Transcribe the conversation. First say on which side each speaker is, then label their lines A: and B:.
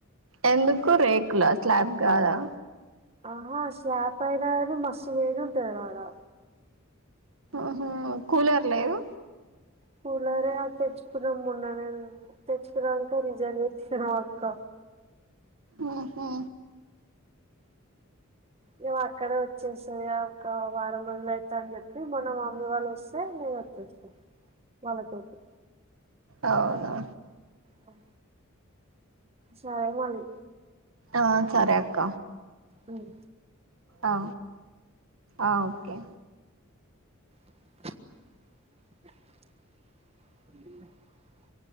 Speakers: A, on the right; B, on the right.
A: ఎందుకు రేకులా స్లాబ్ కాదా
B: ఆహా శ్వాప్ అయినాారు మసవేడి ఉంటది ఆడా
A: ఆహ కూలర్ లేదు
B: కూలర్ తెచ్చుకున్నాాం మొన్ననే మే తెచ్చకున్నాక రిజైన్ తిన అక్క
A: ఓహో
B: ను అక్కడే వచ్చేస్తాయ ఒక వారం రజలు అవుతా అని చెప్పి మొన మమ్మీ వాళ్ళు వస్తే నేను వచ్చేను వాళ్ళతోటి
A: అవునా
B: ఓ సరే మళ్ళీ
A: ఆ సరే అక్క
B: మ్మ్
A: అ ఆ ఓకే
B: అ